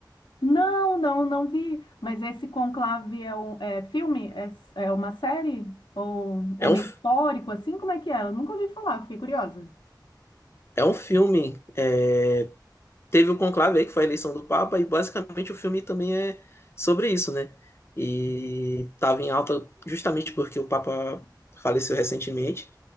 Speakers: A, on the left (about 75°); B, on the left (about 35°).
A: Não, não, não vi. Mas esse Conclave é um é filme? É, s- é uma série? Ou
B: É
A: é meio
B: um, f-
A: histórico assim? Como é que é? Eu nunca ouvi falar, fiquei curiosa.
B: é um filme, é, teve o Conclave aí, que foi a eleição do Papa, e basicamente o filme também é sobre isso, né? E estava em alta justamente porque o Papa faleceu recentemente.